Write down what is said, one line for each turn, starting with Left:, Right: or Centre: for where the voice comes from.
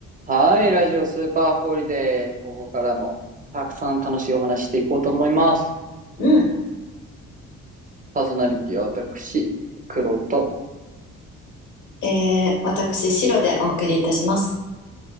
Right: はい、ラジオスーパーホリデー。ここからもたくさん楽しいお話していこうと思います。
Left: うん。
Right: パーソナリティは私、黒と。
Left: えー、私、白でお送りいたします。